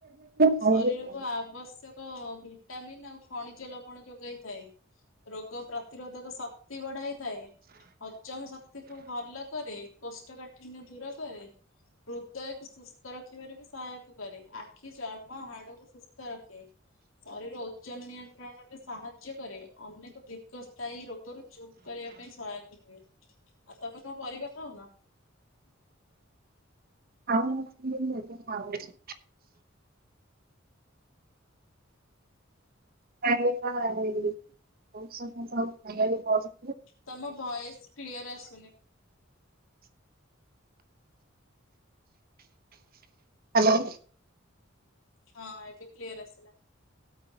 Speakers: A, on the right; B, on the left.
A: ଖାଇଲି
B: ଶରୀର
A: ଆଉ।
B: ଆବଶ୍ୟକ ଭିଟାମିନ୍ ଆଉ ଖଣିଜ ଲବଣ ଯୋଗାଇଥାଏ। ରୋଗ ପ୍ରତିରୋଧକ ଶକ୍ତି ବଢାଏ। ଥାଏ ହଜମ ଶକ୍ତିକୁ ଭଲ କରେ କୋଷ୍ଠକାଠିିନ୍ୟ ଦୂର କରେ। ହୃଦୟକୁ ସୁସ୍ଥ ରଖିବାରେ ବି ସହାୟକ କରେ ଆଖି ଚର୍ ମୋ ହାଡ଼କୁ ସୁସ୍ଥ ରଖେ। ଶରୀର ଓଜନ ନିୟନ୍ତ୍ରଣରେ ସାହାଯ୍ୟ କରେ ଅନେକ ଦୀର୍ଘସ୍ଥାୟୀ ରୋଗରୁୁ କରିବା ପାଇଁ ସହାୟକ ହୁଏ। ଆଉ ତମେ କଣ ପରିବା ଖାଉନ?
A: ଖାଉ ନଥିଲି ମୁଁ ଏବେ ଖାଉଛି। କା <unintelligible>
B: ତମ ଭଏସ କ୍ଲିୟର ଆସୁନି।
A: ହାଲୋ।
B: ହଁ ଏବେ କ୍ଲିୟର ଆସିଲା।